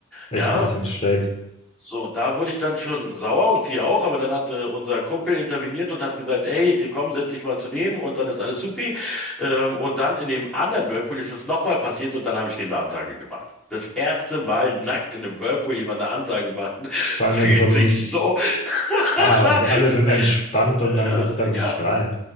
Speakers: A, on the left; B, in the centre.
A: echt
B: Ja,
A: ein bisschen schräg.
B: so, da wurde ich dann schon sauer und sie auch, aber dann hat äh, unser Kumpel interveniert und hat gesagt, hey, komm, setz dich mal zu dem und dann ist alles supi. Ähm, und dann in dem anderen Whirlpool ist es nochmal passiert und dann habe ich dem eine Ansage gemacht. Das erste Mal nackt in einem Whirlpool jemand eine Ansage machen, <laughs>
A: Vor allem
B: fühlt
A: in so einem,
B: sich so, <laughs>
A: ah, also alle sind entspannt und dann
B: äh,
A: gibt es dann
B: ja,
A: Strahl.